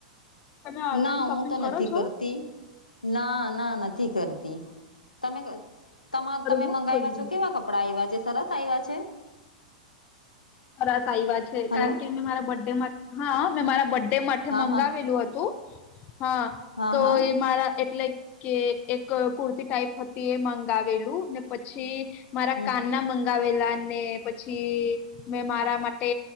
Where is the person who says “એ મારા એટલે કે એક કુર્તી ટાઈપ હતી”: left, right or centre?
Left